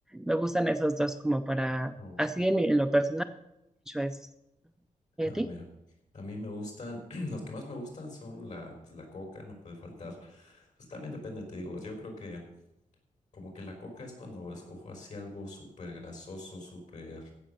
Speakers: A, in the centre; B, on the left.
A: me gustan esos dos como para,
B: oh.
A: así en, mi- en lo personal, mucho esos. ¿Y
B: Ah,
A: a ti?
B: mira. A mí me gustan, <clears throat> los que más me gustan son la, pues, la coca, no puede faltar. Pues también depende, te digo, yo creo que Como que la coca es cuando escojo así algo súper grasoso, súper